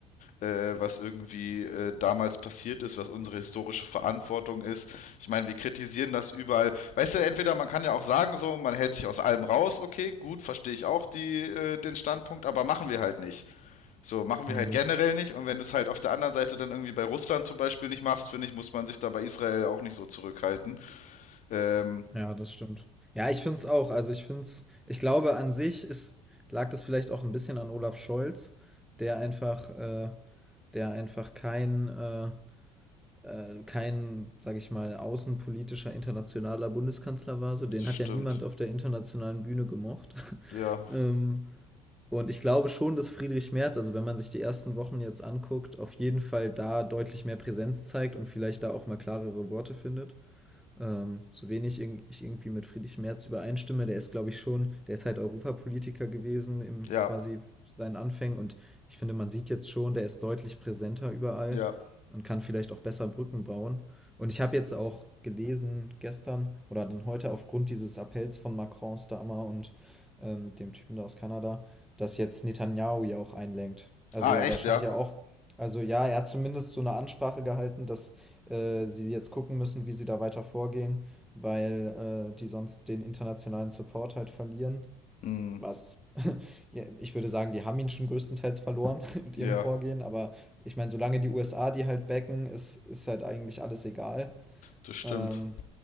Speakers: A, on the left (about 45°); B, in the centre.
A: äh, was irgendwie äh, damals passiert ist, was unsere historische Verantwortung ist. Ich meine, wir kritisieren das überall. Weißt du, entweder man kann ja auch sagen, so, man hält sich aus allem raus, okay, gut, verstehe ich auch die, äh, den Standpunkt, aber machen wir halt nicht. So, machen wir
B: Hm,
A: halt generell nicht. Und wenn du es halt auf der anderen Seite dann irgendwie bei Russland zum Beispiel nicht machst, finde ich, muss man sich da bei Israel auch nicht so zurückhalten. Ähm,
B: ja, das stimmt. Ja, ich finde es auch. Also ich finde es, ich glaube an sich ist, lag das vielleicht auch ein bisschen an Olaf Scholz, der einfach, äh, der einfach kein, äh, äh, kein, sage ich mal, außenpolitischer internationaler Bundeskanzler war. So, den
A: stimmt.
B: hat ja niemand auf der internationalen Bühne gemocht.
A: Ja,
B: <laughs> ähm, und ich glaube schon, dass Friedrich Merz, also wenn man sich die ersten Wochen jetzt anguckt, auf jeden Fall da deutlich mehr Präsenz zeigt und vielleicht da auch mal klarere Worte findet. Ähm, so wenig irg- ich irgendwie mit Friedrich Merz übereinstimme, der ist, glaube ich, schon, der ist halt Europapolitiker gewesen im
A: ja,
B: quasi seinen Anfängen und ich finde, man sieht jetzt schon, der ist deutlich präsenter überall
A: ja.
B: und kann vielleicht auch besser Brücken bauen. Und ich habe jetzt auch gelesen gestern oder dann heute aufgrund dieses Appells von Macron, Starmer und ähm, dem Typen da aus Kanada, dass jetzt Netanyahu ja auch einlenkt. Also
A: Ah,
B: der,
A: echt,
B: der scheint
A: ja.
B: ja auch, also ja, er hat zumindest so eine Ansprache gehalten, dass äh, sie jetzt gucken müssen, wie sie da weiter vorgehen, weil äh, die sonst den internationalen Support halt verlieren.
A: Hm,
B: Was, <laughs> ja, ich würde sagen, die haben ihn schon größtenteils verloren <laughs> mit ihrem
A: ja,
B: Vorgehen, aber ich meine, solange die USA die halt backen, ist, ist halt eigentlich alles egal.
A: das stimmt.
B: Ähm,